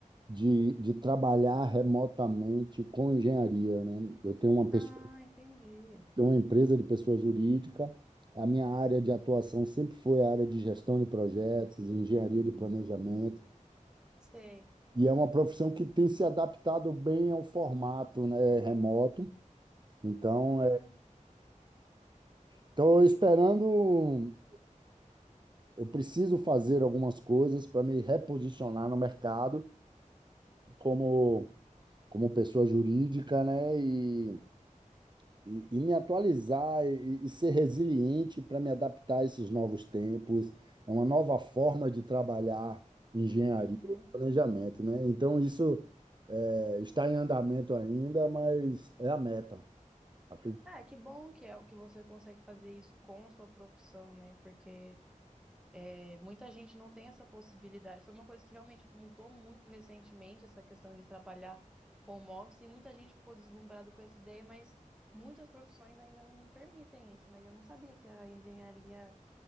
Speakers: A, on the right (about 35°); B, in the centre.
A: de, de trabalhar remotamente com engenharia, né? Eu tenho uma
B: Ah,
A: pessoa,
B: entendi.
A: tenho uma empresa de pessoa jurídica. A minha área de atuação sempre foi a área de gestão de projetos, engenharia de planejamento.
B: Sei.
A: E é uma profissão que tem se adaptado bem ao formato, né, remoto. Então,
B: Que bom.
A: estou esperando um eu preciso fazer algumas coisas para me reposicionar no mercado como, como pessoa jurídica, né? E, e, e me atualizar e, e ser resiliente para me adaptar a esses novos tempos. É uma nova forma de trabalhar engenharia
B: Uhum.
A: e planejamento, né? Então, isso é, está em andamento ainda, mas é a meta. Acredito.
B: Ah, que bom que é o que você consegue fazer isso com a sua profissão, né? Porque É, Muita gente não tem essa possibilidade. Foi uma coisa que realmente mudou muito recentemente, essa questão de trabalhar home office, e muita gente ficou deslumbrada com essa ideia, mas muitas profissões ainda não permitem isso, né? E eu não sabia que a engenharia